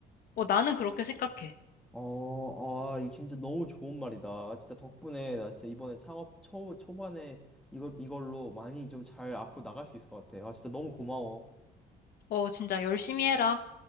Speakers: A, on the left; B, in the centre.
A: 어, 나는 그렇게 생각해.
B: 어, 아, 이거 진짜 너무 좋은 말이다. 아, 진짜 덕분에 나 진짜 이번에 창업 초, 초반에 이것, 이걸로 많이 좀 잘 앞으로 나갈 수 있을 것 같아. 아, 진짜 너무 고마워.
A: 어, 진짜 열심히 해라.